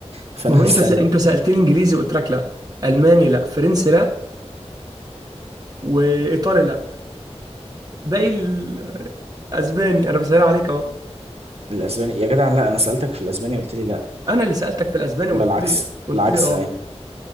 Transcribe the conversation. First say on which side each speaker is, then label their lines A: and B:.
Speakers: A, on the right; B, on the right.
A: فانا
B: ما هو انت
A: <laughs> هسالك
B: س... انت سألتني انجليزي وقلت لك لا الماني لا فرنسي لا وايطالي لا باقي ال- آه، اسباني انا بسأل عليك اهو
A: الاسباني يا جدع لا انا سالتك في الاسباني قلت لي لا
B: انا اللي سالتك في الاسباني
A: ولا
B: قلت
A: العكس
B: لي قلت
A: العكس
B: لي اه
A: اي